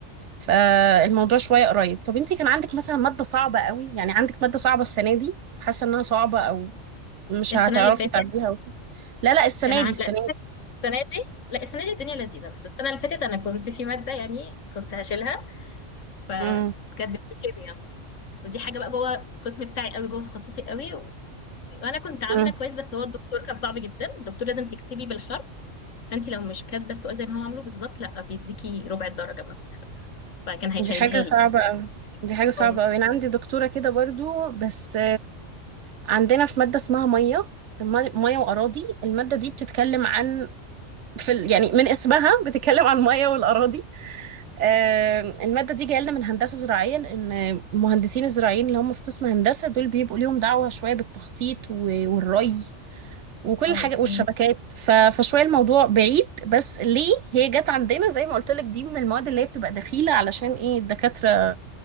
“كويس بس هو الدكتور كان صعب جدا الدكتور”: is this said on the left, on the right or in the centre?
Left